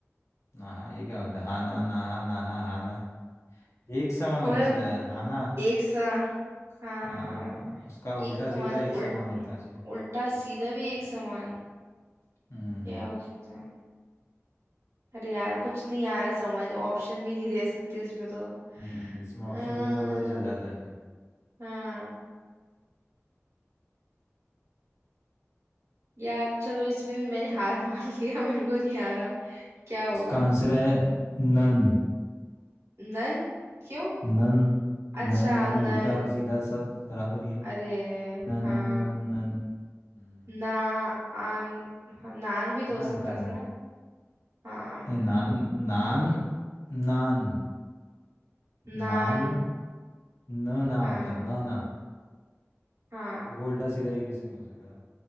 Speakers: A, on the left; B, on the right.
A: नाहा ये क्या होता है हाना नाहा नाहा हाना एक समान
B: मतलब
A: होना चाहिए हाना
B: एक सा हाँ
A: हाँ
B: हाँ
A: उसका उल्टा
B: एक समान
A: सीधा एक
B: उल्ट
A: समान होना चाहिए
B: उल्टा सीधा भी एक समान
A: हम्म
B: क्या हो सकता है अरे यार कुछ नहीं आ रहा समझ ऑप्शन भी नहीं दे सकते इसमें तो
A: हम्म, इसमें ऑप्शन
B: अ,
A: दिए तो पता ही चल जाता है फिर
B: हाँ यार चलो इसमें भी मैंने हार मान लिया <laughs> मेरे को नहीं आ रहा क्या होगा
A: इसका आंसर है नन
B: नन क्यों
A: नन
B: अच्छा
A: नन नन
B: नन
A: उल्टा और सीधा सब बराबर ही है
B: अरे
A: None
B: हाँ
A: none none none हम्म,
B: ना आन हाँ, नान भी तो
A: None
B: हो सकता
A: none
B: था ना हाँ
A: नहीं नान नान नान
B: नान
A: नान न ना
B: हाँ
A: होता न ना
B: हाँ
A: तो वो उल्टा सीधा एक जैसा नहीं हो सकता